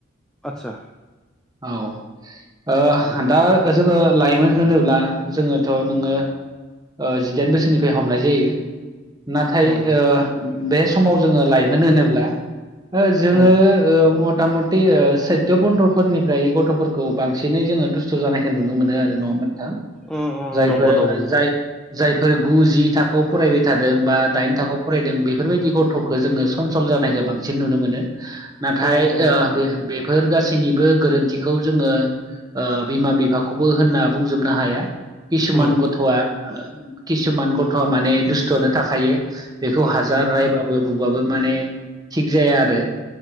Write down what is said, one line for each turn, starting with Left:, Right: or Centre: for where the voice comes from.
Centre: आदसा
Right: औ ओ
Centre: उम
Right: दा जोङो लाइमोन होनोब्ला जोङोथ' नोङो ओ जिदाइन बोसोरनिफ्राय हमनाय जायो। नाथाय
Centre: उम
Right: ओ बे समाव जोङो लाइमोन होनोब्ला <unintelligible> जोङो
Centre: उम
Right: ओ मथा मद बैयो सैद' पन्द्र'फोरनिफ्राय गथ'फोरखौ बांसिनै जोङो दुस्थ' जानायखौ नुनो मोनो आरो नङा होमबा नोंथां!
Centre: उम
Right: जायफोर
Centre: उम नंगौ नंगौ नंगौ
Right: जाय जायफोर गुजि थाखोआव फरायबाय थादों बा दाइन थाखोआव फरायदों बेफोरबायदि गथ'खौ जोङो सनसल जानायखौ बांसिन नुनो मोनो नाथाय
Centre: उम उम
Right: बेफोर गासैनिबो गोरोन्थिखौ जोङो बिमा बिफाखौबो होनना बुंजोबनो हाया किसुमान
Centre: उम
Right: गथ'आ किसुमान गथ'आ माने दुस्थ'नो थाखायो बेखौ
Centre: उम
Right: हाजार रायबाबो बुबाबो माने थिग जाया आरो